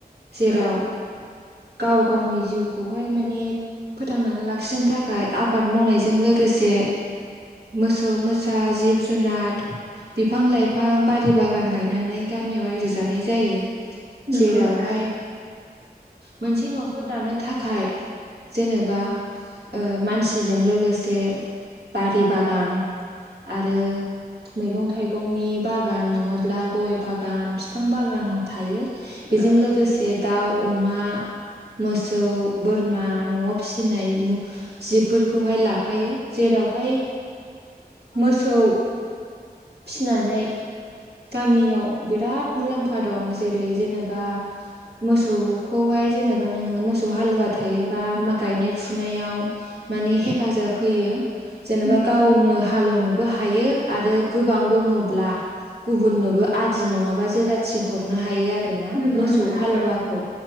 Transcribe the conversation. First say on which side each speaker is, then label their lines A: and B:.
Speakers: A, on the right (about 85°); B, on the right (about 65°).
A: जेराव
B: औ
A: गाव गावनि जिउ खौहाय माने फोथांनानै लाखिनो थाखाय आबाद मावनायजों लोगोसे मोसौ मोसा जिब जुनार बिफां लाइफां बारि बागान गायनानै गामियाव रायजो जानाय जायो
B: नंगौ
A: जेरावहाय
B: नोंथां
A: मोनसे न'खर दानो थाखाय जेनेबा ओ मानसिजों लोगोसे बारि बागान आरो मैगं थाइगंनि बागान नङाब्ला गय बागान बिफां बागान थायो। बेजों
B: औ
A: लोगोसे दाउ अमा मोसौ बोरमा न'आव फिसिनाय जिबफोरखौहाय ला फायो जेरावहाय मोसौ फिनानै गामियाव बिराद मुलाम्फा दं जेरै जेनेबा मोसौखौहाय जेनेबा नोङो मोसौ हालुवा थायोबा गायनाय फुनायाव मानिे हेफाजाब होयो जेनेबा
B: नंगौ
A: गावनो हालेवनो हायो आरो गोबां दङब्ला गुबुननोबो आ दि नङाबा जेराथि हरनो हायो आरो आरोना
B: नंगौ
A: मोसौ
B: नोंथां
A: हालुवाखौ
B: औ